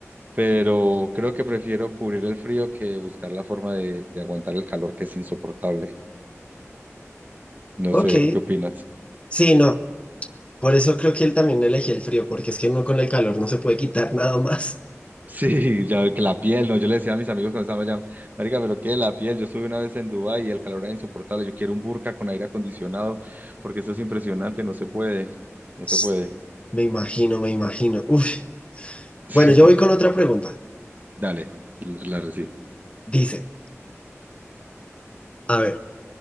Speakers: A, on the right; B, on the left.
A: Pero creo que prefiero cubrir el frío que buscar la forma de, de aguantar el calor que es insoportable. No
B: Ok,
A: sé, ¿qué opinas?
B: sí, no. Por eso creo que él también elegí el frío, porque es que uno con el calor no se puede quitar nada más.
A: Sí, ya que la piel, no, yo le decía a mis amigos cuando estaban allá, marica, pero qué la piel, yo estuve una vez en Dubái y el calor era insoportable, yo quiero un burka con aire acondicionado, porque eso es impresionante, no se puede, no se
B: <laughs>
A: puede. <laughs>
B: Me imagino, me imagino. Uf.
A: Sí,
B: Bueno, yo
A: sí,
B: voy
A: sí.
B: con otra pregunta.
A: Dale, la recibo.
B: Dice, a ver.